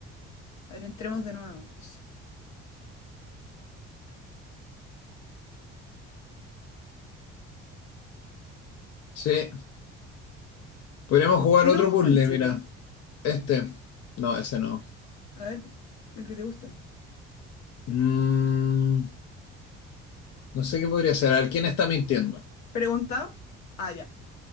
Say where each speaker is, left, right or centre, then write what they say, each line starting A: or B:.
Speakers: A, on the left (about 75°); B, on the left (about 55°).
A: ver, entremos de nuevo. Eso.
B: Sí, podríamos jugar
A: No,
B: otro puzzle,
A: ¿en serio?
B: mira. Este. No, ese no.
A: A ver, el que te gusta.
B: Mm, no sé qué podría ser. A ver, ¿quién está mintiendo?
A: Pregunta. Ah, ya.